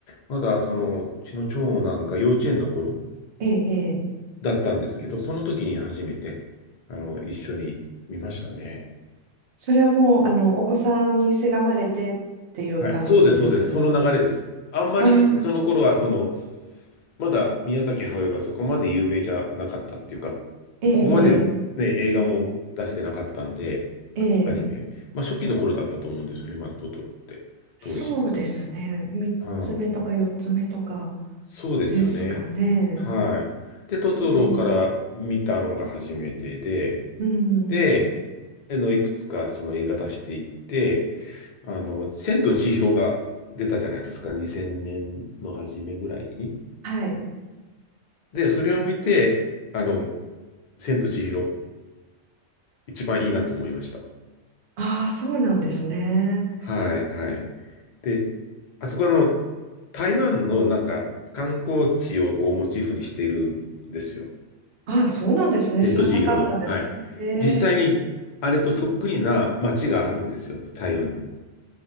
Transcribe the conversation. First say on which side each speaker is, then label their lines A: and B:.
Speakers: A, on the left; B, on the right.
A: まだ、その、うちの長男が幼稚園の頃
B: ええ、ええ
A: だったんですけど、その時に初めて、あの、一緒に見ましたね。
B: それはもう、あの、お子さんにせがまれてっていう感じです。
A: はい、そうです、そうです、その流れです。あんまり、
B: ああ、
A: その頃は、その、まだ宮崎駿がそこまで有名じゃなかったっていうか、
B: ええ、
A: ここまでね、映画も出してなかったんで、
B: ええ、
A: アニメ。
B: ええ
A: まあ、初期の頃だったと思うんですよね、まだトトロって、
B: そうですね。
A: 当時。
B: 3つ目とか4つ目とか
A: うん、そうですよね。
B: ですかね。
A: はい。で、トトロから見たのが初めてで、
B: ええうんうん
A: で、あのいくつかその映画出していって、あの、千と千尋が出たじゃないですか、2000年の初めぐらいに。
B: はい。
A: で、それを見て、あの、千と千尋、一番いいなと思いました。
B: ああ、そうなんですね。
A: はい、はい。で、あそこの台湾のなんか観光地をこうモチーフにしてるんですよ。
B: ああ、そうなんですね。
A: 千と千尋の。
B: 知らなかったです。
A: はい。
B: へえ。
A: 実際にあれとそっくりな街があるんですよ、台湾に。